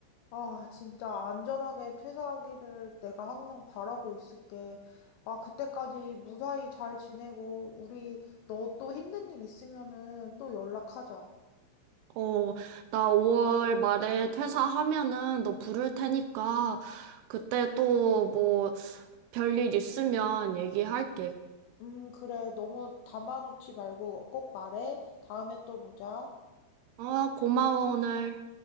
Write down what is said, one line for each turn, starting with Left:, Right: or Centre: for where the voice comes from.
Left: 아, 진짜 안전하게 퇴사하기를 내가 항상 바라고 있을게. 아, 그때까지 무사히 잘 지내고, 우리 너 또 힘든 일 있으면은 또 연락하자.
Right: 어, 나 5월 말에 퇴사하면은 너 부를 테니까 그때 또 뭐 별일 있으면 얘기할게.
Left: 음, 그래. 너무 담아놓지 말고 꼭 말해. 다음에 또 보자.
Right: 아, 고마워, 오늘.